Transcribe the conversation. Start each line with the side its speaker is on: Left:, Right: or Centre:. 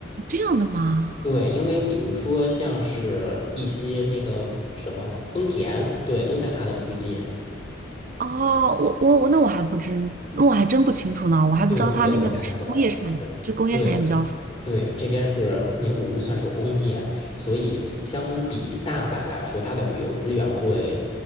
Right: 这样的吗？
Left: 对，因为比如说像是一些那个什么丰田，对，都在它的附近。
Right: 哦，我我我那我还不知，那我还真不清楚呢，我还不知道他那边还是工业产，
Left: 对，我也不太懂，是。
Right: 就工业产业比较发
Left: 对。对，这边是名古屋，算是工业，所以相比大阪来说，它的旅游资源会